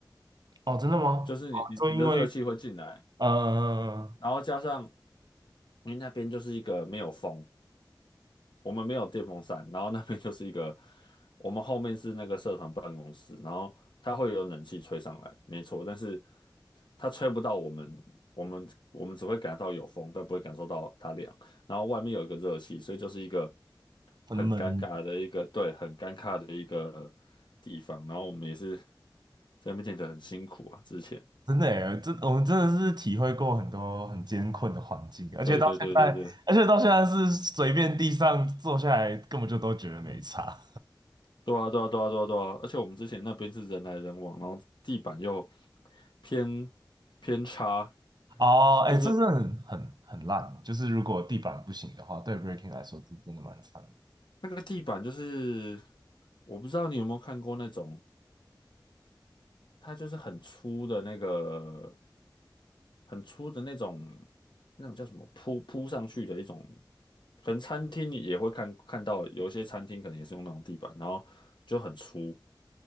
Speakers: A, on the right; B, on the left.
A: 哦，真的吗？
B: 就是你你你的热气会进来，
A: 哦，就因为呃
B: 然后加上你那边就是一个没有风，我们没有电风扇，然后那边就是一个，我们后面是那个社团办公室，然后它会有冷气吹上来，没错，但是它吹不到我们，我们我们只会感到有风，但不会感受到它凉。然后外面有一个热气，所以就是一个
A: 很冷
B: 很尴尬的一个，对，很尴尬的一个地方。然后我们也是在那边练得很辛苦啊，之前，
A: 真的耶，这我们真的是体会过很多很艰困的环境，而且到现在，
B: 对对对对对，
A: 而且到现在是随便地上坐下来，根本就都觉得没差。
B: 对啊，对啊，对啊，对啊，对啊，而且我们之前那边是人来人往，然后地板又偏偏差，
A: <laughs> 哦，哎，
B: 就是
A: 这是很很很烂，就是如果地板不行的话，对 breaking 来说是真的蛮惨的
B: 那个地板就是我不知道你有没有看过那种，它就是很粗的那个很粗的那种那种叫什么铺铺上去的一种，可能餐厅也会看看到有一些餐厅可能也是用那种地板，然后就很粗，